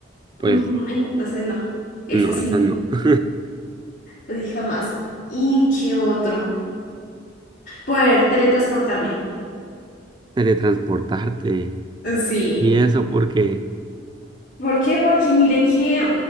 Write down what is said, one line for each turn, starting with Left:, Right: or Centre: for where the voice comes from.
Right: pues,
Left: Ujú, Entonces, no, es
Right: no,
Left: así,
Right: esa
Left: no,
Right: no. <laughs>
Left: así jamás. ¿Y qué otro? Poder teletransportarme.
Right: Teletransportarte.
Left: Sí.
Right: Y eso porque,
Left: ¿Por qué? Porque mire que